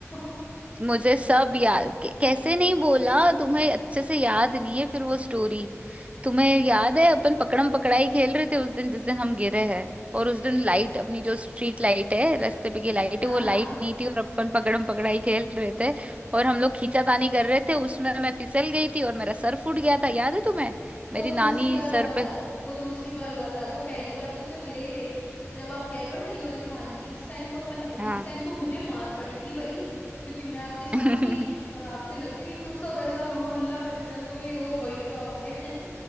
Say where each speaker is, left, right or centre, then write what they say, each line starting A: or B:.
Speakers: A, on the left (about 35°); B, on the right (about 25°).
A: <laughs>
B: मुझे सब याद कै- कैसे नहीं बोला तुम्हें अच्छे से याद नहीं है फिर वो स्टोरी
A: हम्म
B: तुम्हें याद है अपन पकड़म पकड़ाई खेल रहे थे उस दिन जिस दिन हम गिरे हैं और उस दिन लाइट अपनी जो स्ट्रीट लाइट है रास्ते पे की लाइट
A: हाँ
B: है वो लाइट
A: हाँ
B: नहीं थी और अपन पकड़म पकड़ाई खेल रहे थे और हम लोग खींचातानी कर रहे थे उसमें मैं फिसल गई थी और मेरा सर फूट गया था याद है तुम्हें
A: वो
B: मेरी
A: दूसरी
B: नानी
A: बार हुआ
B: सर पे
A: था वो दूसरी बार हुआ था वो पहली बार तो सिर्फ गिरे ही थे ये जब आप कह रहे हो ना ये वाली कहानी इस टाइम तो अपन इस
B: हाँ
A: टाइम तो मुझे मार पड़ी थी भाई क्योंकि मैं आपके साथ
B: <laughs>
A: थी और आपके लग गई तो सब ऐसा हाँ, हल्ला बच गया था कि भाई ओ भाई क्या हो गया <laughs>